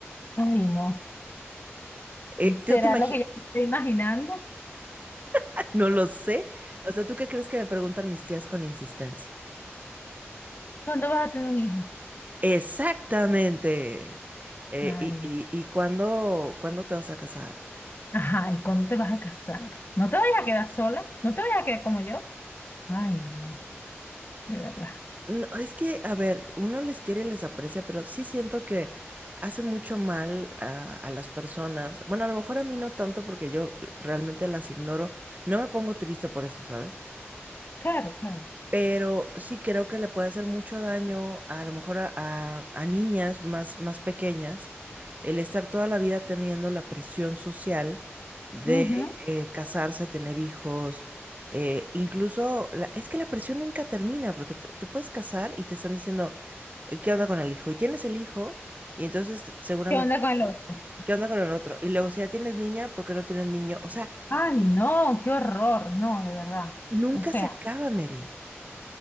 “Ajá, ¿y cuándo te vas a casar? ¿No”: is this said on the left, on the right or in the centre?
Left